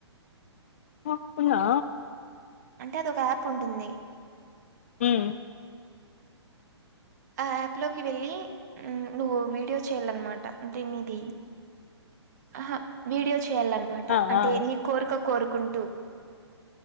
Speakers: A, on the left (about 30°); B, on the right (about 40°).
A: పప్పు నా
B: అంటే అది ఒక యాప్ ఉంటుంది
A: ము
B: ఆ యాప్ లోకి వెళ్ళి నువ్వు వీడియో చెయ్యాలనమాట అంటే నీది అహా వీడియో చేయాలన్నమాట
A: ఆ
B: అంటే
A: ఆ
B: నీ కోరిక కోరుకుంటూ